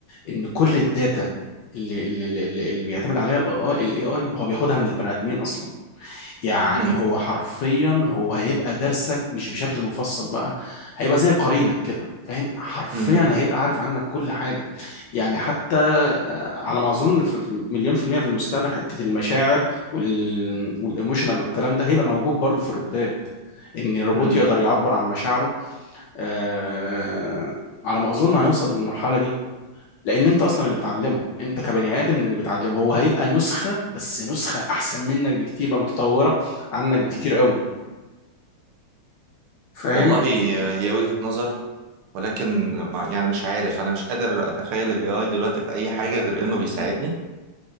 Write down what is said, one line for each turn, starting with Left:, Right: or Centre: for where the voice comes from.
Left: ان كل الداتا اللي اللي اللي, اللي بيعتمد عليها الاي اي هو بياخدها من البني ادمين اصلا يعني
Right: مم.
Left: هو حرفيا هو هيبقى درسك مش بشكل مفصل بقى هيبقى زي قرينك كده فاهم حرفيا
Right: مم.
Left: هيبقى عارف عنك كل حاجه يعني حتى آه، على ما اظن في في مليون في المية في المستقبل حته المشاعر وال والايموشنال والكلام ده هيبقى موجود برضه في الروبوتات ان الروبوت
Right: مم.
Left: يقدر يعبر عن مشاعره آه على ما اظن هنوصل للمرحله دي لان انت اصلا اللي بتعلمه انت كبني ادم اللي بتعلمه هو هيبقى نسخه بس نسخه احسن منك بكتير بقى متطوره عنك بكتير قوي فاهم
Right: والله هي وجهة نظر ولكن ما- يعني مش عارف أنا مش قادر أتخيل ال AI دلوقتي في أي حاجة غير إنه بيساعدني